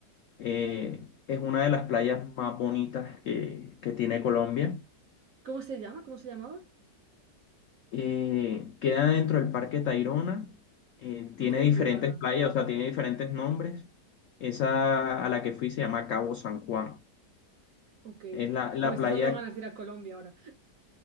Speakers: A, on the left; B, on the right.
A: Eh, es una de las playas más bonitas que, que tiene Colombia.
B: ¿Cómo se llama? ¿Cómo se llamaba?
A: Eh, queda dentro del Parque Tayrona, eh,
B: Dentro
A: tiene
B: de
A: diferentes
B: Tayrona.
A: playas, o sea, tiene diferentes nombres. Esa a la que fui se llama Cabo San Juan.
B: Ok. Bueno,
A: Es la, la
B: me estás
A: playa,
B: dando ganas de ir a Colombia ahora.